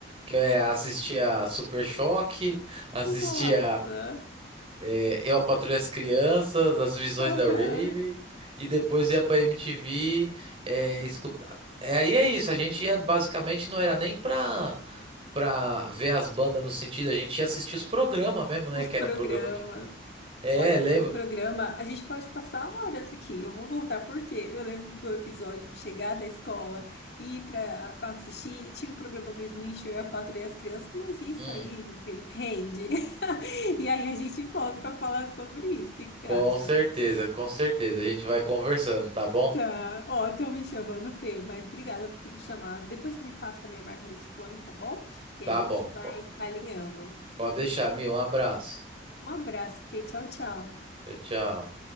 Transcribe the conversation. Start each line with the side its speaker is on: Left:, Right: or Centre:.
Right: Que é, assistia Super Choque, <laughs> assistia
Left: <laughs> Nossa!
Right: é, Eu, a Patroa e as Crianças, As Visões
Left: Aham.
Right: da Rave, e depois ia pra MTV, é, escutar. É, aí é isso, a gente ia basicamente não era nem pra pra ver as bandas no sentido, a gente ia assistir os programas mesmo,
Left: Os
Right: né? Que
Left: programas.
Right: era programa de banda. É,
Left: Olha,
Right: lembro.
Left: falando em programa, a gente pode passar horas aqui. Eu vou voltar porque eu lembro do episódio de chegar da escola, ir para assistir, e tinha o programa do Smith, eu e a Patrulha e as crianças, mas isso
Right: Hum,
Left: aí, meu filho, rende. <laughs> E aí a gente volta para falar sobre isso. O que que você
Right: com
Left: acha?
Right: certeza, com certeza. A gente vai conversando, tá bom?
Left: Tá, ó, estão me chamando, Fê, mas obrigada por ter me chamado. Depois você me passa também a marca desse fone, tá bom? E
Right: Tá
Left: aí
Right: bom.
Left: a gente vai
Right: Po-
Left: alinhando.
Right: Pode deixar, Mi. Um abraço.
Left: Um abraço, Fê. Tchau, tchau.
Right: Tchau, tchau.